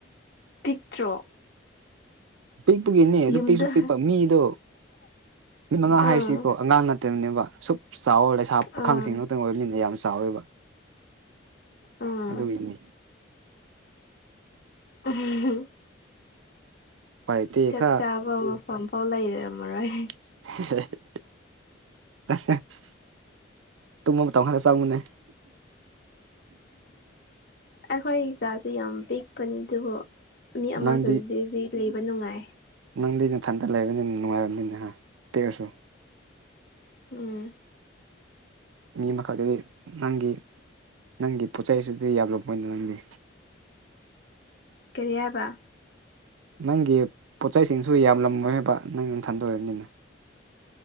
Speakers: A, on the left; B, on the right.
A: ꯄꯤꯛꯇ꯭ꯔꯣ꯫
B: ꯄꯤꯛꯄꯒꯤꯅꯦ ꯑꯗꯨꯄꯤꯛꯁꯨ
A: ꯌꯨꯝꯗ
B: ꯄꯤꯛꯄ ꯃꯤꯗꯣ ꯃꯤꯠ ꯃꯉꯥ
A: ꯑꯥ
B: ꯍꯥꯏꯁꯤꯀꯣ ꯑꯉꯥꯡ ꯅꯠꯇꯕꯅꯦꯕ ꯁꯨꯞ꯫ ꯆꯥꯎꯋ ꯂꯩꯁꯥ
A: ꯑꯥ
B: ꯄꯥꯈꯥꯡꯁꯤꯡ ꯉꯥꯛꯇꯪ ꯑꯣꯏꯕꯅꯤꯅ ꯌꯥꯝ ꯆꯥꯎꯋꯦꯕ
A: ꯑꯥ
B: ꯑꯗꯨꯒꯤꯅꯤ
A: ꯎꯝ ꯍꯝ
B: ꯎꯄꯥꯏ ꯂꯩꯇꯦ
A: ꯆꯥꯞ
B: ꯈꯔ
A: ꯆꯥꯕ ꯃꯐꯝꯐꯥꯎ ꯂꯩꯔꯝꯃꯔꯣꯏ
B: <unintelligible> ꯇꯨꯝꯕ ꯃꯇꯝ ꯇꯈꯥꯟꯗ ꯆꯪꯃꯤꯟꯅꯩ
A: ꯑꯩꯈꯣꯏ ꯀꯥꯁꯨ ꯌꯥꯝ ꯄꯤꯛꯄꯅꯤ ꯑꯗꯨꯕꯨ ꯃꯤ ꯑꯃꯈꯛꯗꯗꯤ
B: ꯅꯪꯗꯤ
A: ꯂꯩꯕ ꯅꯨꯡꯉꯥꯏ꯫
B: ꯅꯪꯗꯤ ꯅꯊꯟꯗ ꯂꯩꯕꯅꯤꯅ ꯅꯨꯡꯉꯥꯏꯔꯕꯅꯤꯅꯦ ꯍꯥ ꯄꯤꯛꯑꯁꯨ꯫
A: ꯎꯝ꯫
B: ꯃꯤ ꯑꯃꯈꯛꯇꯗꯤ ꯅꯪꯒꯤ ꯅꯪꯒꯤ ꯄꯣꯠꯆꯩꯁꯤꯗꯤ ꯌꯥꯝꯂꯝꯃꫭꯏꯅ ꯅꯪꯗꯤ
A: ꯀꯔꯤ ꯍꯥꯏꯕ
B: ꯅꯪꯒꯤ ꯄꯣꯠꯆꯩꯁꯤꯡꯁꯨ ꯌꯥꯝꯂꯝꯃꯣꯏ ꯍꯥꯏꯕ ꯅꯪꯅ ꯊꯟꯗ ꯑꫭꯏꯕꯅꯤꯅ꯫